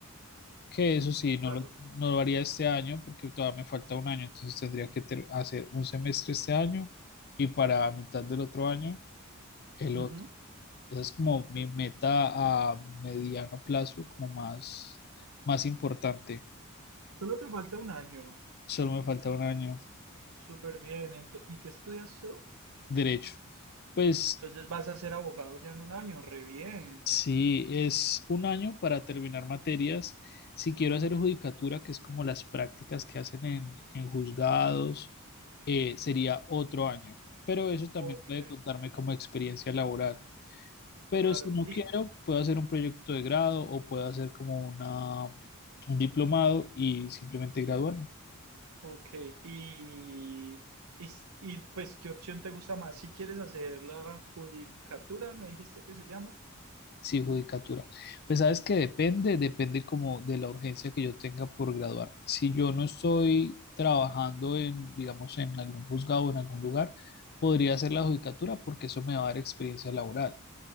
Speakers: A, on the left (about 45°); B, on the right (about 85°).
A: que eso sí,
B: Claro.
A: no lo, no lo haría este año porque todavía me falta un año, entonces tendría que ter- hacer un semestre este año y para mitad del otro año el
B: Ujú.
A: otro. Esa es como
B: Ok.
A: mi meta a mediano plazo, como más, más importante.
B: Solo te falta un año.
A: Solo me falta un año
B: Súper bien. ento- ¿y qué estudias tú?
A: derecho. Pues
B: Entonces vas a ser abogado ya en un año. Re bien.
A: Sí, es un año para terminar materias. Si quiero hacer judicatura, que es como las prácticas que hacen en, en juzgados, eh, sería otro año. Pero eso también
B: Ok,
A: puede contarme como experiencia laboral. Pero
B: claro.
A: si no
B: Y,
A: quiero, puedo hacer un proyecto de grado o puedo hacer como una, un diplomado y simplemente graduarme.
B: ok, y, y, s- y, pues, ¿qué opción te gusta más? Si quieres hacer la judicatura, me dijiste que se llama.
A: Sí, judicatura. Pues sabes que depende, depende como de la urgencia que yo tenga por graduarme. Si yo no estoy trabajando en, digamos, en algún juzgado o en algún lugar, podría hacer la judicatura porque eso me va a dar experiencia laboral.